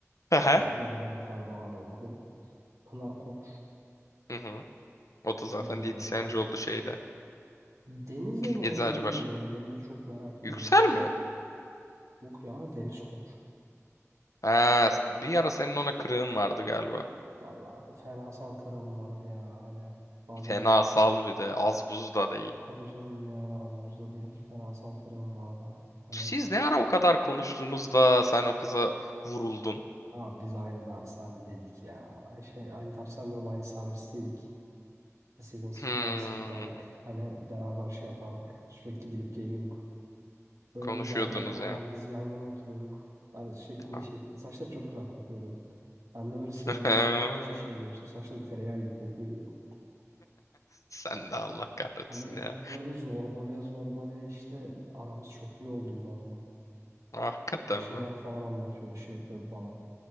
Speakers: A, on the left; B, on the right.
A: Hı hı.
B: Gal- Ya da belki galiba hala okuyor. Pınar Koç.
A: Hı hı. O da zaten
B: Ee,
A: diyetisyenci
B: aynen.
A: oldu şeyde.
B: Deniz'de ne oldu
A: Eczacı
B: bilmiyorum.
A: baş.
B: Deniz'i çok merak ediyorum.
A: Yüksel mi?
B: Yok ya Deniz Koç.
A: Ha, bir ara senin ona kırığın vardı galiba.
B: Valla fenasal kırım vardı ya hani. Bazen
A: Fena sal bir de. Az buz da değil.
B: Tabii canım yani ağzımızda değil. Ferasal Kırım vardı. Hani
A: Siz ne ara o kadar konuştunuz da sen o kıza vuruldun?
B: ya biz aynı dershanedeydik ya. Ay Şey aynı dershane diyorum aynı servisteydik. Lise sınıfta
A: Hmm,
B: aynı sınıftaydık. Hani beraber şey yapardık. Sürekli gidip geliyorduk. Böyle
A: konuşuyordunuz
B: onun yan, aynen
A: yani.
B: biz yan yana oturuyorduk. Ben sürekli bir
A: Ah.
B: de şey saçları çok güzel kokuyordu. Ben de böyle sinirini
A: <laughs>
B: bozmak için şey diyorum. Sen saçların tereyağı gibi kokuyor diyordum.
A: Sen de Allah kahretsin
B: Hani
A: ya.
B: öyle zorbalaya zorbalaya işte aramız çok iyi olduydu onunla.
A: Hakikaten
B: Bak şeyler
A: mi?
B: falan anlatıyordu şey yapıyordu falan.